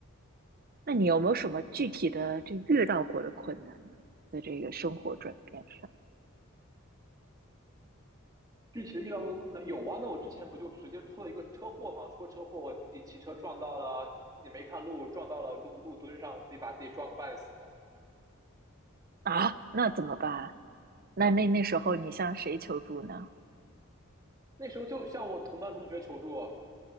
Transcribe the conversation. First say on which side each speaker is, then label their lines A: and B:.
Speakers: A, on the right; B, on the right.
A: 那你有没有什么具体的就遇到过的困难呢？在这个生活转变上
B: 具体的遇到过的困难有啊，那我之前不就直接出了一个车祸嘛？出了车祸，我自己骑车撞到了，自己没看路，撞到了路路墩上，自己把自己撞个半死。
A: 啊，那怎么办啊？那那那时候你向谁求助呢？
B: 那时候就向我同班同学求助，